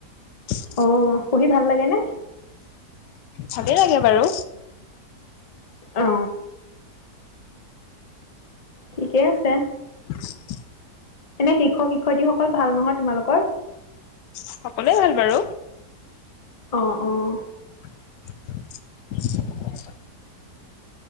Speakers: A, on the left (about 85°); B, on the left (about 30°).
A: <unintelligible>
B: অ
A: <inaudible>
B: পঢ়ি ভাল লাগে নে
A: ভালে লাগে বাৰু
B: অ ঠিকেই আছে
A: <inaudible>
B: এনে শিক্ষক শিক্ষয়িত্ৰীসকল ভাল নহয় তোমালোকৰ
A: সকলোৱে ভাল বাৰু
B: অ অ
A: <inaudible>